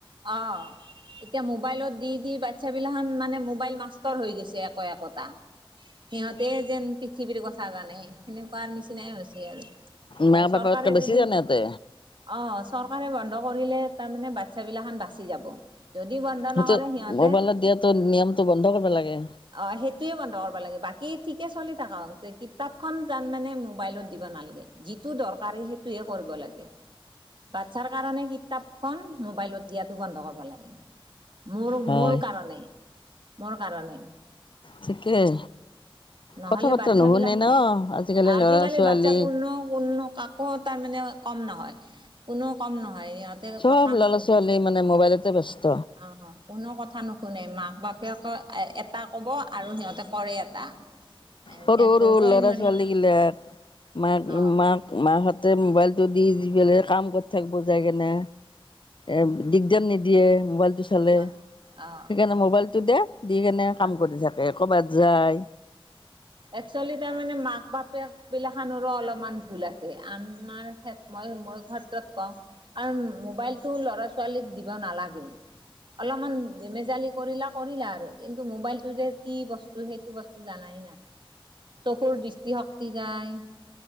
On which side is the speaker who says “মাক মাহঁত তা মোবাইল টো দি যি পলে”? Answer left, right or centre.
Left